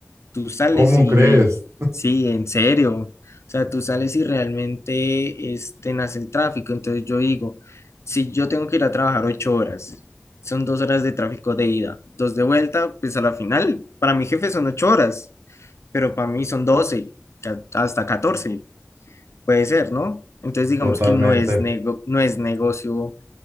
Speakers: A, on the left (about 70°); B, on the right (about 70°).
A: tú sales
B: ¿Cómo
A: y,
B: crees?
A: y sí, en serio, o sea, tú sales y realmente este, nace el tráfico. Entonces yo digo, si yo tengo que ir a trabajar ocho horas, son dos horas de tráfico de ida, dos de vuelta, pues a la final, para mi jefe son ocho horas, pero para mí son doce, ca- hasta catorce, puede ser, ¿no? Entonces digamos
B: Totalmente.
A: que no es nego- no es negocio,